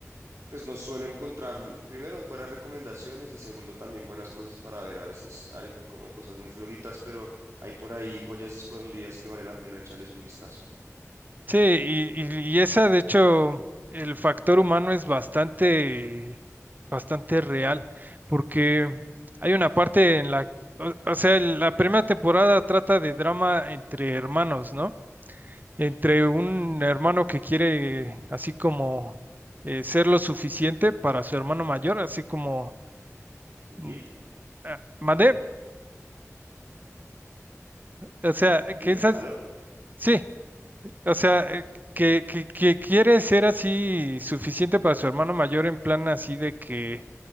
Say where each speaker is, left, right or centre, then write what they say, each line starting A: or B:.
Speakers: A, on the right (about 65°); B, on the right (about 35°).
A: pues no suelo encontrar, primero, buenas recomendaciones y segundo, también buenas cosas para ver. A veces hay como cosas muy flojitas, pero hay por ahí joyas escondidas que vale la pena echarles un vistazo.
B: Sí, y, y- y esa, de hecho, el factor humano es bastante, bastante real, porque hay una parte en la, o, o sea, la primera temporada trata de drama entre hermanos, ¿no? Entre un hermano que quiere así como eh, ser lo suficiente para su hermano mayor, así como,
A: Ujú.
B: mm, ah, ¿mandé? O sea,
A: Dime,
B: que esas,
A: ¿aló?
B: sí, O sea, eh, que, que, que quiere ser así suficiente para su hermano mayor en plan así de que